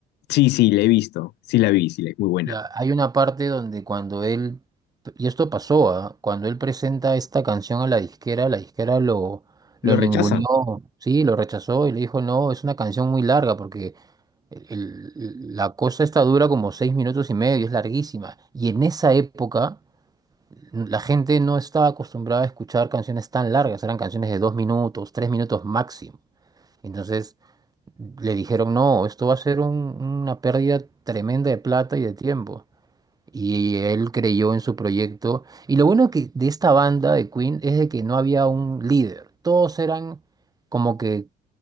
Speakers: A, on the left (about 85°); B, on the right (about 20°).
A: Sí, sí, la he visto, sí la vi, sí, la, muy buena.
B: Ya, hay una parte donde cuando él, y esto pasó, ¿ah? Cuando él presenta esta canción a la disquera, la disquera lo,
A: ¿Lo
B: lo ninguneó,
A: rechazan?
B: sí, lo rechazó y le dijo, no, es una canción muy larga porque... el- el- la cosa esta dura como seis minutos y medio, es larguísima. Y en esa época la gente no estaba acostumbrada a escuchar canciones tan largas, eran canciones de dos minutos, tres minutos máximo. Entonces le dijeron, no, esto va a ser un- una pérdida tremenda de plata y de tiempo. Y él creyó en su proyecto. Y lo bueno que de esta banda de Queen es de que no había un líder. Todos eran como que